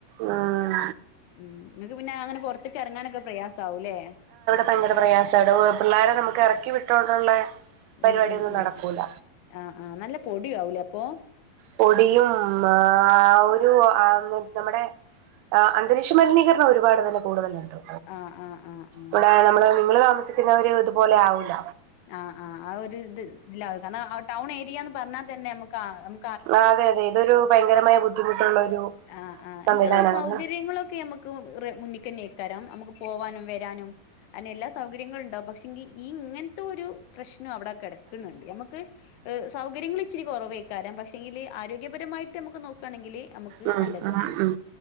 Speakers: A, on the right; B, on the left.
A: ഉം
B: ഉം ഇങ്ങക്ക് പിന്നെ അങ്ങനെ പൊറത്തക്ക് എറങ്ങാൻ ഒക്കെ പ്രയാസ ആവും ല്ലേ
A: ഭയങ്കരം പ്രയാസമാവിടെ പിള്ളേര നമുക്ക് ഇറക്കി വിട്ടോണ്ടുള്ള പരിപാടിയൊന്നും
B: ഉം ഉം ഉം
A: നടക്കൂല
B: ആഹ് ആഹ് നല്ല പൊടിം ആവൂലേ അപ്പൊ
A: പൊടിയും ആഹ് ഒരു ആഹ് നമ്മുടെ ആ അന്തരീക്ഷ മലിനീകരണം ഒരുപാട് തന്നെ കൂടുതലാട്ടെ
B: ആഹ് ആഹ് ആഹ് ആഹ്
A: ഇവടെ നമ്മള് നിങ്ങള് താമസിക്കുന്നവര് ഇതുപോലെ ആവൂല്ല
B: ആഹ് ആഹ് ആ ഒരു ഇത് ഇതിലാവും കാരണം ആ ടൗൺ ഏരിയാന്ന് പറഞ്ഞാ തന്നെ നമുക്ക് ആഹ് ഉം
A: ആ അതെ അതെ ഇതൊരു ഭയങ്കരമായ ബുദ്ധിമുട്ടുള്ള ഒരു
B: ആഹ് ആഹ്
A: സംവിധാനമാണ്
B: ഇൻക്ക് സൗകര്യങ്ങളൊക്കെ നമ്മ ക്കും റേ മുന്ന്ക്കന്നെയ്ക്കാരം നമുക്ക് പോവാനും വരാനും അങ്ങെനെ എല്ലാ സൗകര്യങ്ങളും ഇണ്ടാവും പക്ഷെങ്കി ഈ ഇങ്ങനത്തെ ഒരു പ്രശ്നം അവിടെ കെടക്കണണ്ട് നമക്ക് ഹ് സൗകര്യങ്ങള് ഇച്ചരി കുറവേക്കാരം പക്ഷെങ്കില് ആരോഗ്യപരമായിട്ട് നമുക്ക് നോക്കുകണെങ്കിൽ നമുക്ക്
A: ഉം
B: നല്ലതുമാണ്
A: ഉം ഉം